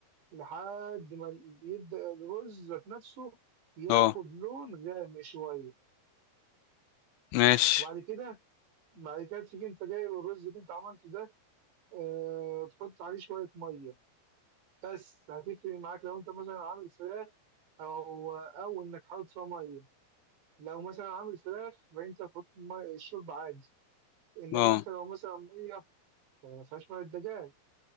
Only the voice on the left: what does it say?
اه
ماشي
اه